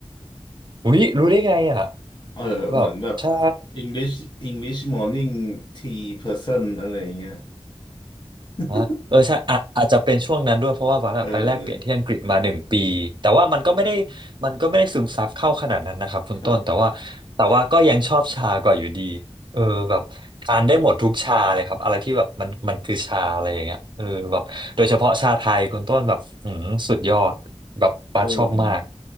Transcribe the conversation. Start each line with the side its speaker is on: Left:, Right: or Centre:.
Right: อุ้ยรู้ได้ไงอ่ะ
Left: เออเหมือนแบบ
Right: แบบใช่
Left: English English morning tea person อะไรอย่างเงี้ย <laughs>
Right: อ่ะเออใช่อะอาจจะเป็นช่วงนั้นด้วยเพราะว่าวักอะไปแลกเปลี่ยนที่อังกฤษมาหนึ่งปีแต่ว่ามันก็ไม่ได้
Left: เออ
Right: มันก็ไม่ได้ซึมซับเข้าขนาดนั้นนะครับคุณต้นแต่ว่าแต่ว่าก็ยังชอบชากว่าอยู่ดี
Left: ครับ
Right: เออแบบทานได้หมดทุกชาเลยครับอะไรที่แบบมันมันคือชาอะไรอย่างเงี้ยเออแบบโดยเฉพาะชาไทยคุณต้นแบบอืมสุดยอดแบบป้าชอบมาก
Left: เออ